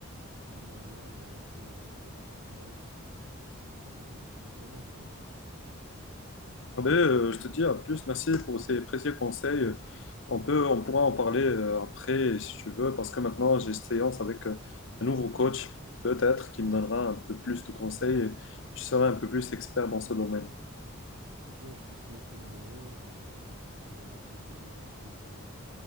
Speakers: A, on the right (about 70°); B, on the left (about 60°).
A: d'une manière assez, assez efficace. euh, voilà quoi.
B: Ah ben, euh, je te dis à plus, merci pour ces précieux conseils. Euh, On peut, on pourra en parler euh, après si tu veux, parce que maintenant j'ai séance avec euh, un nouveau coach, peut-être, qui me donnera un peu plus de conseils et je serai un peu plus expert dans ce domaine.
A: Eh bien, je te souhaite le meilleur. euh, on se dit à plus tard.